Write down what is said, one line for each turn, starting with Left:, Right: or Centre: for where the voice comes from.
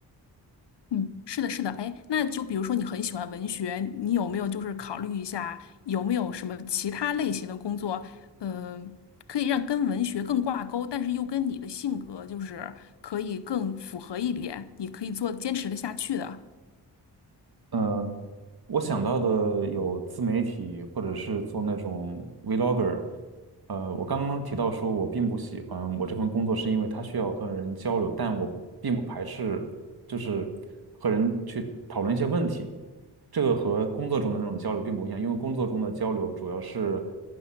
Left: 嗯，是的，是的。哎，那就比如说你很喜欢文学，你有没有就是考虑一下，有没有什么其他类型的工作，呃，可以让跟文学更挂钩，但是又跟你的性格就是可以更符合一点，你可以做坚持的下去的。
Right: 呃我想到的有自媒体，或者是做那种 vlogger。呃，我刚刚提到说，我并不喜欢我这份工作，是因为它需要和人交流，但我并不排斥，就是和人去讨论一些问题。这个和工作中的那种交流并不一样，因为工作中的交流主要是